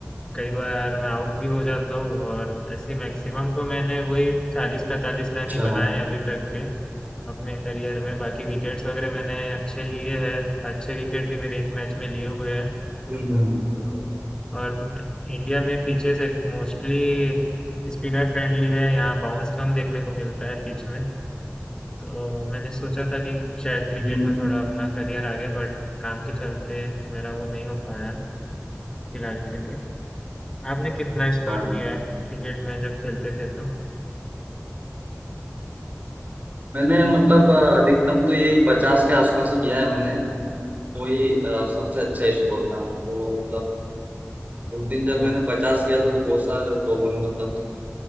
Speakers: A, on the left; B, on the right.
A: कई बार मैं आउट भी हो जाता हूँ और ऐसे मैक्सिमम तो मैंने वही चालीस पैंतालीस रन
B: अच्छा
A: ही बनाए हैं अभी तक के अपने करियर में बाकी विकेट्स वगैरह मैंने अच्छे लिए हैं अच्छे विकेट भी मेरे एक मैच में लिए हुए हैं
B: हम्म
A: तो और इंडिया में पिचेस एक मोस्टली स्पिनर फ्रेंडली है यहाँ बाउंस कम देखने को मिलता है पिच में तो मैंने सोचा था कि शायद क्रिकेट
B: हम्म।
A: में थोड़ा अपना करियर आगे बट काम के चलते मेरा वो नहीं हो पाया फिलहाल के लिए आपने कितना
B: अच्छा
A: स्कोर किया है क्रिकेट में जब खेलते थे तो
B: मैंने मतलब अ, अधिकतम तो यही पचास के आसपास ही किया है मैंने वही अ, सबसे अच्छा स्कोर था तो मतलब उस दिन जब
A: वाह
B: मैंने पचास किया था तो बहुत सारे लोगों ने मतलब